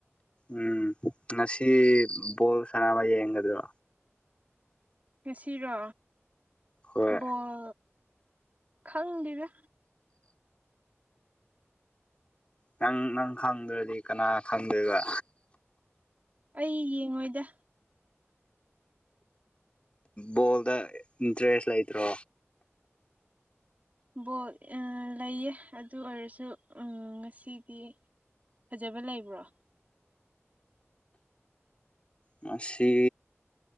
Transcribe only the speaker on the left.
ꯎꯝ ꯉꯁꯤ ꯕꯣꯜ ꯁꯅꯥꯕ ꯌꯦꯡꯒꯗ꯭ꯔꯣ
ꯍꯣꯏ
ꯅꯪ ꯅꯪ ꯈꯪꯗ꯭ꯔꯗꯤ ꯀꯅꯥ ꯈꯪꯗꯣꯏꯕ
ꯕꯣꯜꯗ ꯏꯟꯇꯔꯦꯁ ꯂꯩꯇ꯭ꯔꯣ
ꯉꯁꯤ